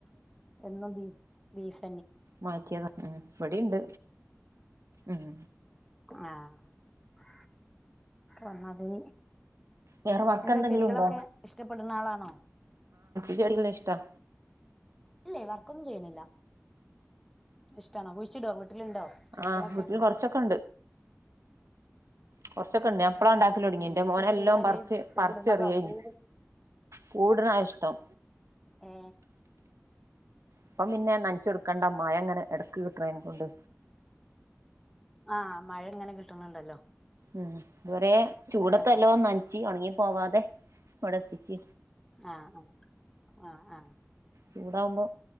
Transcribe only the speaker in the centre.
എന്ന ബ ബീഫ്
ആഹ വന്നതേ
എന്താ
ചെടികളൊക്കെ
ഇഷ്ടപ്പെടുന്ന ആളാണോ
അല്ലെ വർക്കൊന്നും ചെയ്യണില്ല ഇഷ്ടണോ കുഴിച്ചിടോ വീട്ടിലുണ്ടോ ചെടികളൊക്കെ
ഏ
ഏതൊക്കെ
ചെടികളല്ലേ
പൂവിടുന്നതോ
പൂവ്
ആ
ആഹ് ആ മഴ ഇങ്ടെ കിട്ട്ന്ന്ണ്ടല്ലോ
ഇപ്പൊ
ആഹ് ആഹ് ആഹ്